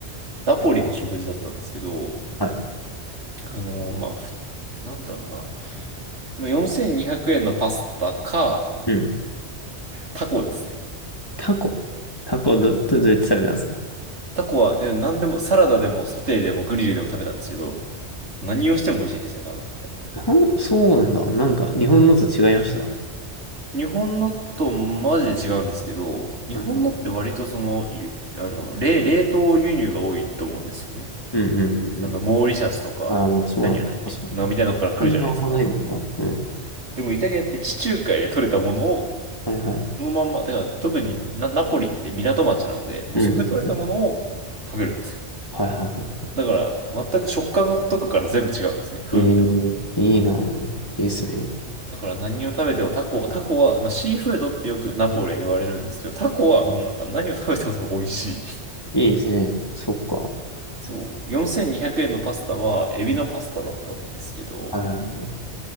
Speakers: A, on the right; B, on the left.
A: ナポリの食事だったんですけど、
B: はい。
A: あのまあ、ふなんだろうな。まあ4200円のパスタか、
B: うん。
A: タコですね。
B: タコ。タコど、ど、どうやって食べたんですか
A: タコは、で、何でも、サラダでも、ソテーでも、グリルでも食べたんですけど、何をしても美味しいですね、多分。
B: なん、そうなんだ。なんか日本のと違いました。は
A: 日本のとマジで違うんですけど、日本のって割とその、
B: いはい。
A: ゆあの、冷、冷凍輸入が多いと思うんですよね。
B: うんうんうんう
A: あの、モーリシャスとか、
B: ん。ああ、まあそうなのか。
A: イタリアだっけまあ、
B: 確かに。
A: みたいなとこから来るじゃないですか。
B: 感情はあんまないのかな。うん。
A: でもイタリアって地中海で取れたものを、
B: はいはい。
A: そのまんま、だから特にナ、ナポリって港町なので、もうそこで取れたものを食べるんですよ。
B: うんうんうん。はいはいは
A: だから、全く食感とかから全部違うんですね。風味とか。
B: い。ええ、いいな。いいですね。
A: そうだから何を食べてもタコ、タコは、まあ、シーフードってよくナポレ言われるんですけど、
B: う
A: タコはなんか何を食べても多分美味しい。
B: んいいですね。そっか。
A: そう、4200円のパスタはエビのパスタだったんですけど、
B: うんはいはいはい。